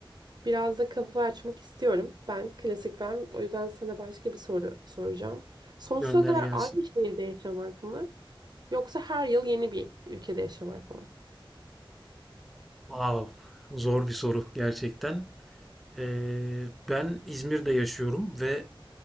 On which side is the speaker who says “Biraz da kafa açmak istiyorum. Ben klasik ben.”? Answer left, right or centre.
Right